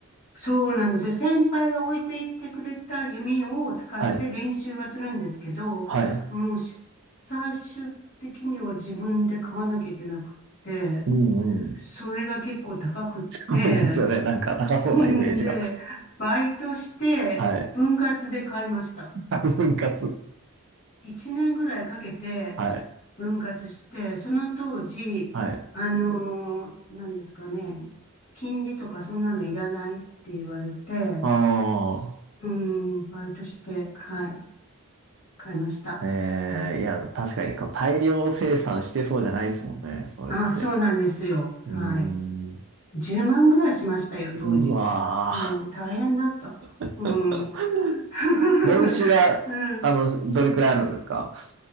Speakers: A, on the left; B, on the right.
A: そうなんですよ。先輩が置いていってくれた弓を使って練習はするんですけど、
B: はい。はい。
A: もうし最終的には自分で買わなきゃいけなくて、
B: うんうん。
A: それが結構高くって、
B: <laughs> そうですよね。なんか高そうなイメージが。
A: んで、バイトして、
B: はい。
A: 分割で買いました。
B: <laughs> 分割。
A: 一年ぐらいかけて、
B: はい。
A: 分割して、その当時、
B: はい。
A: あのー、なんですかね、金利とかそんなのいらないって言われて、
B: ああ。
A: うん、バイトして、はい、買いました。
B: ええいや、
A: はい。
B: 確かにこう大量生産してそうじゃないですもんね、そういうのって。
A: あ、そうなんですよ。
B: うーん、
A: はい。10万ぐらいしましたよ、
B: うわ
A: 当時で。もう大変だった。
B: ー
A: うん。
B: <laughs>
A: <laughs>
B: 練習は、
A: うん
B: あの、どれくらいあるんですか